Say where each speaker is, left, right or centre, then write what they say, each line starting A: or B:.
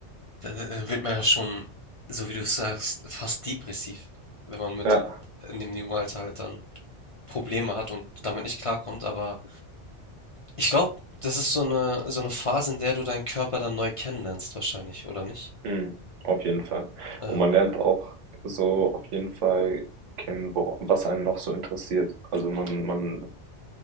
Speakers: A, on the left; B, on the right.
A: Da äh, wird man ja schon, so wie du es sagst, fast depressiv, wenn man mit
B: Ja,
A: in dem jungen Alter halt dann Probleme hat und damit nicht klarkommt. Aber ich glaube, das ist so eine, so eine Phase, in der du deinen Körper dann neu kennenlernst, wahrscheinlich, oder nicht?
B: mhm, auf jeden Fall.
A: Ja,
B: Und man lernt auch so auf jeden Fall kennen, wo, was einen noch so interessiert. Also man, man